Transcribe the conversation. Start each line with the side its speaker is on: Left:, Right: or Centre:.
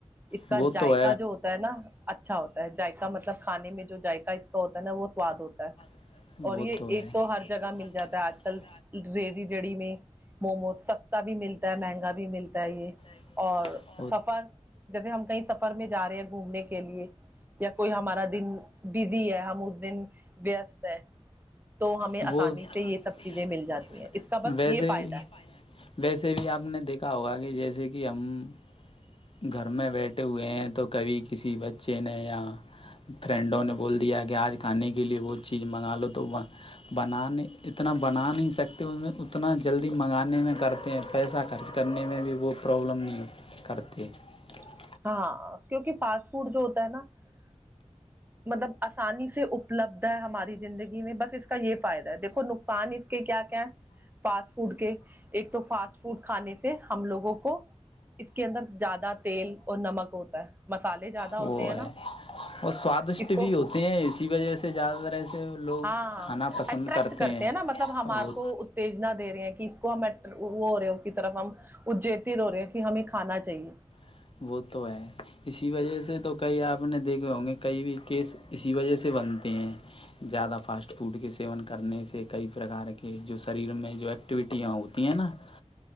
Right: اس
Left: وہ
Right: کا جذائقا
Left: تو
Right: جو ہوتا ہے نا اچھا ہوتا ہے جائق کا مطلب کھانے میں جو جذائقا اس کا ہوتا ہے نا وہ سواد ہوتا ہے
Left: <unintelligible>
Right: اور یہ ایک تو ہر جگہ مل جاتا <unintelligible> <unintelligible>
Left: یہ
Right: <inaudible>
Left: تو وہ <inaudible>
Right: جاتی ہیں اس کا بس یہ فائدہ ہے
Left: <inaudible> <unintelligible>
Right: <inaudible> <unintelligible> <unintelligible> <inaudible>
Left: وہ <unintelligible>
Right: اس کو <unintelligible>
Left: کھانا پسند کرتے ہیں وہ
Right: <unintelligible>
Left: <unintelligible> <unintelligible>